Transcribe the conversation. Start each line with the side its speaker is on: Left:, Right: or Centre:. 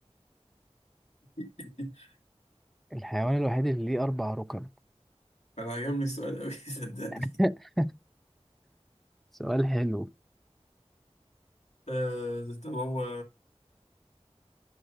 Left: <laughs>
Centre: الحيوان الوحيد اللي ليه أربع ركب
Left: انا عجبني السؤال اوي <laughs> صدقني
Centre: <laughs> سؤال حلو
Left: آه طب هو